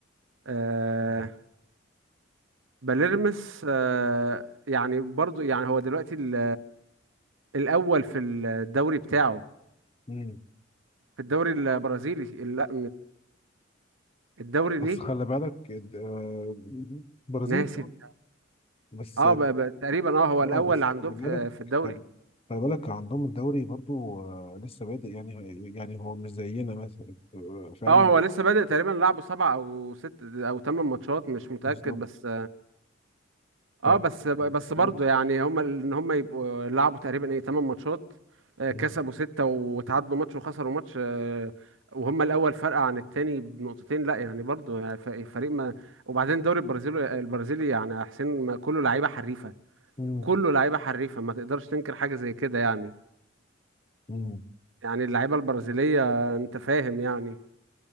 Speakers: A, on the right (about 80°); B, on the left (about 30°).
A: آه باليرمس آه يعني برضه يعني هو دلوقتي ال- الاول في الدوري بتاعه
B: مم.
A: في الدوري البرازيلي لا الدوري
B: بس
A: ليه
B: خلي بالك الد- آه، برازيل
A: ناسي
B: آه، بس
A: اه ب- ب- تقريبا اه هو
B: لا
A: الاول
B: بس خلي
A: عندهم
B: بالك
A: في في الدوري
B: خلي, خلي بالك عندهم الدوري برضو آه، لسه بادئ يعني يعني هو مش زينا مثلا آه، فاهم
A: اه هو لسه بادئ تقريبا لعبه سبع او ست او ثمان ماتشات مش متأكد
B: بالظبط
A: بس اه
B: ف
A: بس بس
B: لسه
A: برضه
B: بادئ
A: يعني هم ان هم يبقوا لعبوا تقريبا ايه ثمان ماتشات آه،
B: <laughs>
A: كسبوا ستة وتعادلوا ماتش وخسروا ماتش آه، وهم الأول فرق عن التاني بنقطتين لا يعني برضه يعني ف- فريق ما وبعدين الدوري البرازيلي البرازيلي يعني يا حسين ما كله لعيبة حريفة
B: مم.
A: كله لعيبة حريفة ما تقدرش تنكر حاجة زي كده يعني
B: مم.
A: يعني اللعيبة البرازيلية آه، انت فاهم يعني